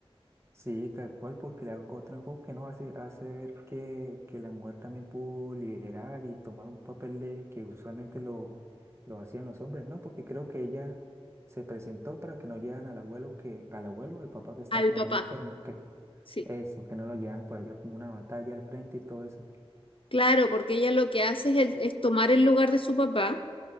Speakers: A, on the right; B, on the left.
A: Sí, tal cual, porque la, otro enfoque nos hace, hace ver que, que la mujer también pudo liderar y tomar un papel de, que usualmente lo, lo hacían los hombres, ¿no? Porque creo que ella se presentó para que no llevan al abuelo que, al abuelo, o al papá que estaba
B: Al
A: como
B: papá,
A: muy enfermo, que
B: sí.
A: eso, que no lo llevan por allá como una batalla al frente y todo eso.
B: Claro, porque ella lo que hace es, el- es tomar el lugar de su papá